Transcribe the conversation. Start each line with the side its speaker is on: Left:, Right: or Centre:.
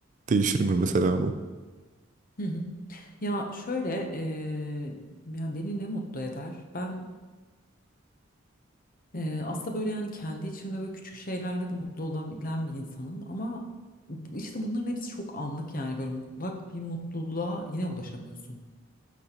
Right: değişir mi mesela bu?
Left: Hı hı. Ya şöyle ee, yani beni ne mutlu eder? Ben Ee, aslında böyle yani kendi içimde böyle küçük şeylerle de mutlu olabilen bir insanım ama bu- işte bunların hepsi çok anlık yani böyle mutlak bir mutluluğa yine ulaşamıyorsun.